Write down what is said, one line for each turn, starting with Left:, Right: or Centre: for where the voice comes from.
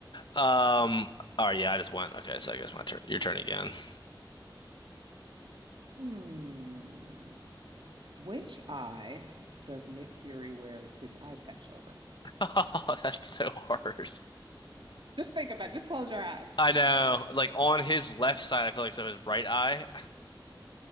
Left: Um, oh yeah, I just went. Okay, so I guess my turn. Your turn again. <laughs>
Right: Hmm. Which eye does Nick Fury wear his eye patch over?
Left: Oh, that's so hard.
Right: Just think about it. Just close your eyes.
Left: I know, like on his left side, I feel like so his right eye.